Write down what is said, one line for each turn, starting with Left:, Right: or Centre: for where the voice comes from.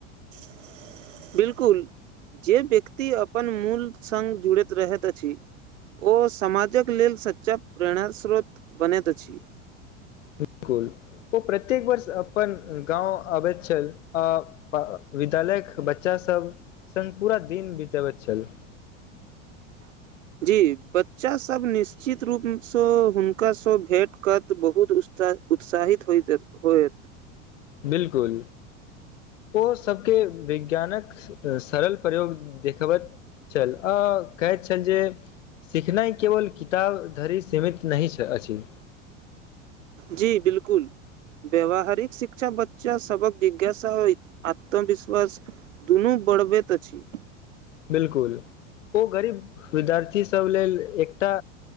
Right: <inaudible> बिल्कुल जे व्यक्ति अपन मूल सङ्ग जुड़ैत रहैत अछि ओ समाजक लेल सच्चा प्रेरणास्रोत बनैत अछि।
Left: बिलकुल ओ प्रत्येक वर्ष अपन गाँव अबैत छल आ विद्यालयक बच्चासभ सङ्ग पूरा दिन बितबैत छल।
Right: <inaudible> जी बच्चासभ निश्चित रूपसँ हुनकासँ भेँट करत बहुत उतसाहित हो होएत।
Left: बिलकुल ओ सबके विज्ञानक सरल प्रयोग देखबैत चल आ कहैत छल जे सिखनाइ केवल किताब धरि सीमित नहि अछि।
Right: जी बिलकुल व्यावहारिक शिक्षा बच्चा सबक जिज्ञासा आ आत्मविश्वास दुनू बढ़बैत छी
Left: बिलकुल ओ गरीब विद्यार्थीसभ लेल एकटा